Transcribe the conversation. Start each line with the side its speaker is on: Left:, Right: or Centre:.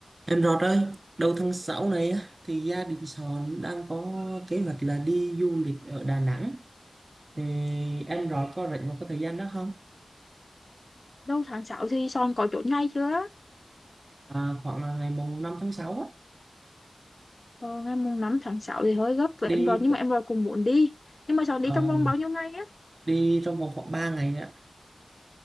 Right: Em Rọt ơi, đầu tháng 6 này á, thì gia đình Sòn đang có kế hoạch là đi du lịch ở Đà Nẵng. Thì em Rọt có rảnh một cái thời gian đó không?
Left: Đâu tháng 6 thì Son có chốt ngày chưa?
Right: À, khoảng là ngày mùng 5 tháng sáu á,
Left: Ờ, ngày mùng 5 tháng 6 thì hơi gấp
Right: đi
Left: với em rồi nhưng mà em rồi cũng muốn đi. Nhưng mà Son
Right: ờ,
Left: đi trong vòng bao nhiêu ngày á?
Right: đi trong vòng khoảng 3 ngày á.